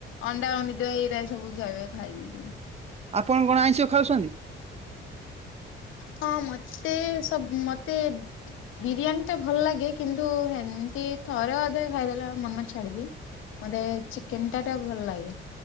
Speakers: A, on the left (about 85°); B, on the right (about 30°).
A: ଅଣ୍ଡା ଅଣ୍ଡି ଦେ ଏଇରା ଏଇ ସବୁ ଖାଇଵା ଖାଇବି କରି।
B: ଆପଣ କଣ ଆଇଁଷି ଖାଉସନ୍ତି?
A: ହଁ ମତେ ସବ ମତେ ବିରିୟାନୀ ଟା ଭଲ ଲାଗେ କିନ୍ତୁ ଏମ୍ ତି ଥରେ ଅଧେ ଖାଇଦେଲେ ମନ ଛାଡିଦିଏ। ମୋତେ ଚିକେନ ଟା ଟା ଭଲ ଲାଗେ